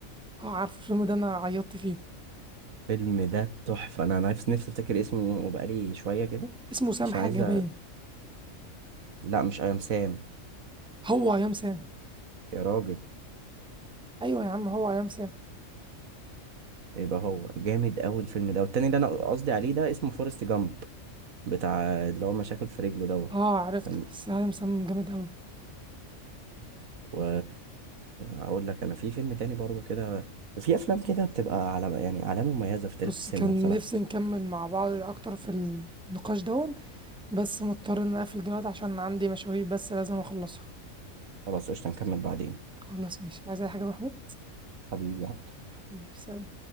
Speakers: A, in the centre; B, on the right.
A: اه عارف الفيلم ده انا عيطت فيه
B: الفيلم ده تحفه انا أنا نفسي نفسي افتكر اسمه وبقالي شويه كده
A: اسمه سام
B: عشان
A: حاجه
B: عايز أ...
A: باين
B: لا مش ايام سام
A: هو يا سام
B: يا راجل
A: ايوه يا عم هو يا سام
B: يبقى هو جامد قوي الفيلم ده والتاني اللي انا قصدي عليه ده اسمه فورست جامب بتاع اللي هو مشاكل في رجله دوت
A: اه عرفت
B: كان
A: بس هاي مسمم جامد أوي
B: و اقول لك انا في فيلم تاني برضه كده في افلام كده بتبقى علامه يعني علامه مميزه في تاريخ
A: بص
B: السينما
A: كان
B: بصراحه
A: نفسي نكمل مع بعض أكتر في النقاش دون بس مضطر إن أقفل دلوقتي عشان عندي مشاوير بس لازم أخلصها
B: خلاص قشطه نكمل بعدين
A: خلاص مش عايز أي حاجة يا محمود
B: حبيبي يا عبد.
A: حبيبي، سلام